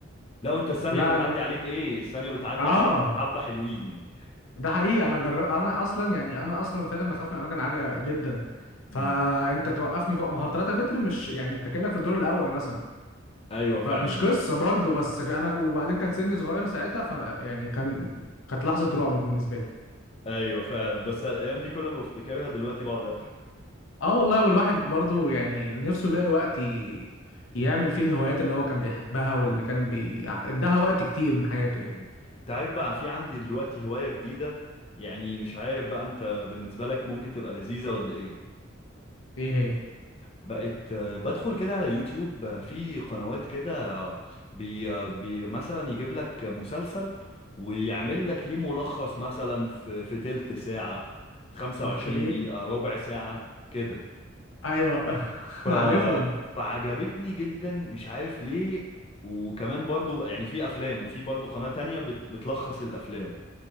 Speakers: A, on the left (about 30°); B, on the left (about 85°).
A: لو انت الثانية
B: لا
A: بتعدي
B: انا
A: عليك ايه الثانية بتعدي
B: اه
A: عليك حبة حلوين يعني
B: ده حقيقي انا جر... انا اصلا يعني انا اصلا فعلا بخاف من اماكن عاليه جدا
A: امم
B: فانت توقفني فوق ما هو 3 متر مش يعني انت كانك في الدور الاول مثلا
A: ايوه فعلا
B: فمش قصه برضو بس انا وبعدين كان سني صغير ساعتها ف يعني كان كانت لحظه رعب بالنسبه لي
A: ايوه فعلا بس الايام دي كل ما بفتكرها دلوقتي بقعد اضحك
B: اه والله والواحد برضو يعني نفسه يلاقي وقت ي... يعمل فيه الهوايات اللي هو كان بيحبها واللي كان بي اداها وقت كتير من حياته يعني
A: مم. انت عارف بقى في عندي دلوقتي هواية جديدة يعني مش عارف بقى انت بالنسبة لك ممكن تبقى لذيذة ولا ايه
B: ايه هي
A: بقت آه، بدخل كده على يوتيوب آه، في قنوات كده آه، بي, آه، بي مثلا يجيب لك مسلسل ويعمل لك ليه ملخص مثلا في في تلت ساعة 25
B: اوكي
A: دقيقة ربع ساعة كده
B: ايوه
A: ف...
B: <laughs> عارفهم
A: فعجبتني جدا مش عارف ليه وكمان برضو يعني في افلام وفي برضو قناة تانية بت... بتلخص الافلام